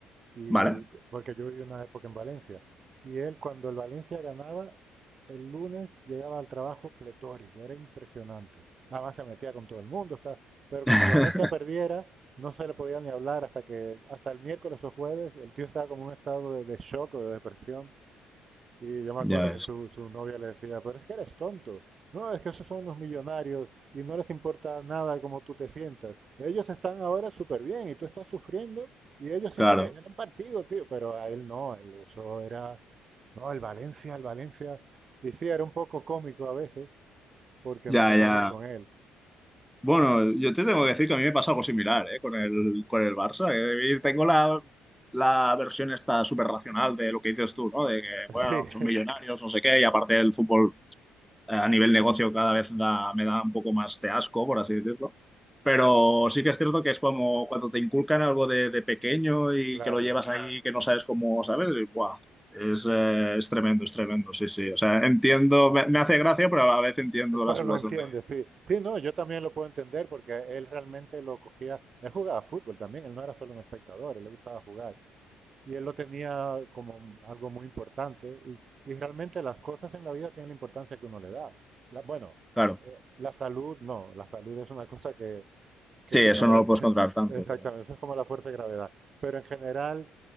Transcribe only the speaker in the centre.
¿vale?
<laughs>
Ya
ves,
claro,
ya,
ya.
Bueno, yo te tengo que decir que a mí me pasa algo similar, ¿eh? Con el, con el Barça. que tengo la, la versión esta súper racional de lo que dices tú, ¿no? De que,
bueno,
son
millonarios, no sé qué, y aparte el fútbol eh, a nivel negocio cada vez da- me da un poco más de asco, por así decirlo. Pero sí que es cierto que es como cuando te inculcan algo de, de pequeño y
que lo llevas ahí, que no sabes cómo, ¿sabes? Y, ¡buah! Es, eh, es tremendo, es tremendo, sí, sí. O sea, entiendo, me, me hace gracia, pero a la vez entiendo
la situación
de...
Claro,
sí,
eso
no
lo puedes
controlar tanto,
pero